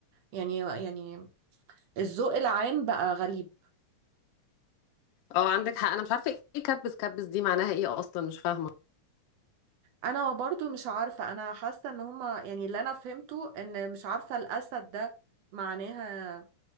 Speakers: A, on the right; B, on the left.
A: يعني يعني الذوق العام بقى غريب
B: اه عندك حق أنا مش عارفة إيه كبس كبس دي معناها إيه أصلا مش فاهمة
A: انا برضو مش عارفة انا حاسة ان هما يعني اللي انا فهمته ان مش عارفة الاسد ده معناها